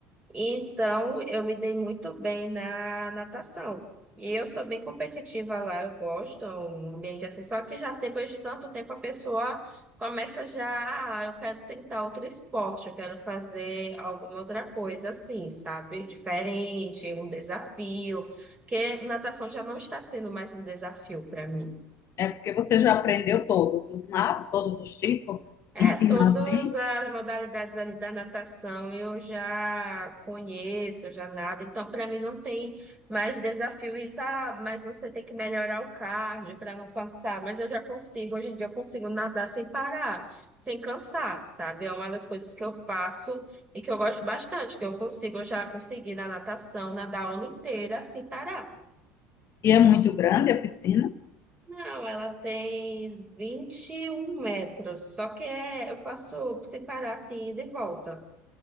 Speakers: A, on the right; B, on the left.
A: Então, eu me dei muito bem na natação. E eu sou bem competitiva lá, eu gosto, é um ambiente assim. Só que já depois de tanto tempo a pessoa começa já, ah, eu quero tentar outro esporte, eu quero fazer alguma outra coisa assim, sabe? Diferente, um desafio. Porque natação já não está sendo mais um desafio para mim.
B: É porque você já aprendeu todos os nados, todos os tipos,
A: É,
B: ensina
A: todas
B: assim.
A: as modalidades ali da natação eu já conheço, eu já nado, então para mim não tem mais desafio isso, ah, mas você tem que melhorar o cardio para não cansar, mas eu já consigo, hoje em dia eu consigo nadar sem parar, sem cansar, sabe? É uma das coisas que eu faço e que eu gosto bastante, que eu consigo, eu já consegui na natação, nadar a aula inteira sem parar.
B: E é muito grande a piscina,
A: Não, ela tem 21 metros, só que é, eu faço sem parar assim, ida e volta.